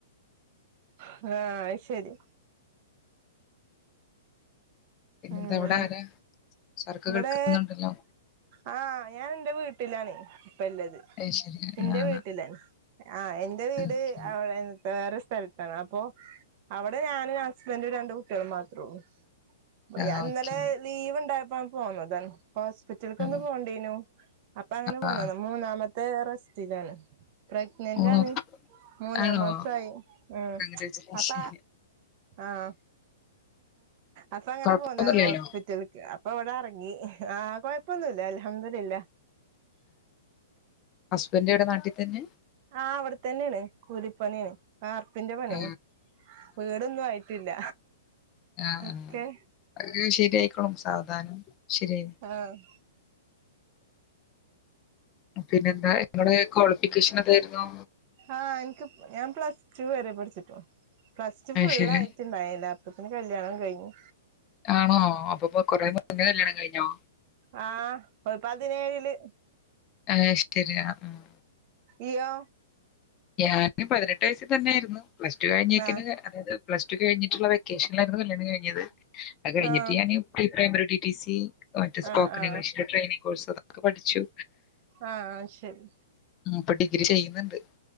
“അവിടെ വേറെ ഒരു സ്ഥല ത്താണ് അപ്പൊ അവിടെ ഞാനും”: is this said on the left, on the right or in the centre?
Right